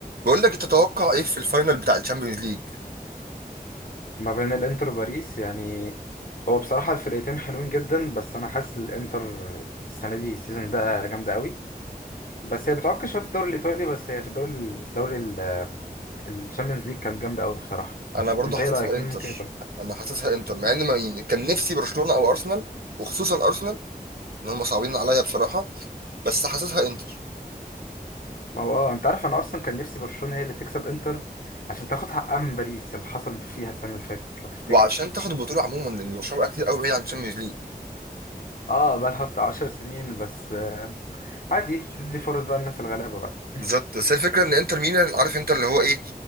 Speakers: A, on the right; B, on the left.
A: بقول لك تتوقع ايه في الفاينل بتاع الشامبيونز ليج
B: ما بين الانتر وباريس يعني هو بصراحة الفرقتين حلوين جدا بس انا حاسس الانتر السنة دي السيزون ده جامدة قوي بس هي بتعك شوية في الدوري الايطالي بس هي في الدوري الدوري الشامبيونز ليج كانت جامدة قوي بصراحة
A: انا برضو
B: انت
A: حاسسها
B: ايه رأيك
A: انتر
B: مين ممكن يكون
A: انا حاسسها انتر مع ان ما يعني كان نفسي برشلونة او ارسنال وخصوصا ارسنال ان هم صعبين عليا بصراحة بس حاسسها انتر
B: ما هو اه انت عارف انا اصلا كان نفسي برشلونة هي اللي تكسب انتر عشان تاخد حقها من باريس اللي حصل فيها السنة اللي فاتت لو تفتكر
A: وعشان تاخد البطولة عموما لان برشلونة بقى كتير قوي بعيد عن الشامبيونز ليج
B: اه بقى لها بتاع 10 سنين بس آه عادي تدي فرص بقى للناس الغلابة بقى
A: بالظبط بس هي الفكرة ان انتر ميلان عارف انت اللي هو ايه